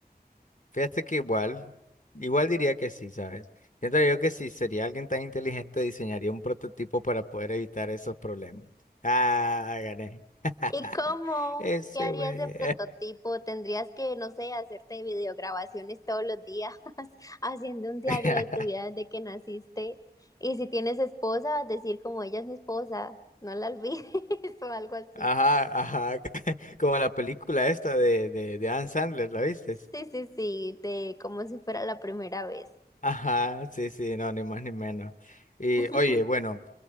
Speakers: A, on the left; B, on the left.
A: Fíjate que igual, igual diría que sí, ¿sabes? Siento yo que si sería alguien tan inteligente, diseñaría un prototipo para poder evitar esos problemas. Ah, gané. <laughs>
B: ¿Y cómo?
A: Ese
B: ¿Qué harías
A: güey.
B: de prototipo? Tendrías que, no sé, hacerte videograbaciones todos los días, <laughs> haciendo un diario
A: <laughs>
B: de tu vida desde que naciste. Y si tienes esposa, decir como ella es mi esposa, no la olvides <laughs> o algo así.
A: Ajá, ajá, <laughs> como la película esta de, de, de Adam Sandler, ¿la viste?
B: Sí, sí, sí, de como si fuera la primera vez.
A: Ajá, sí, sí, no, ni más ni menos. Y
B: <laughs>
A: oye, bueno,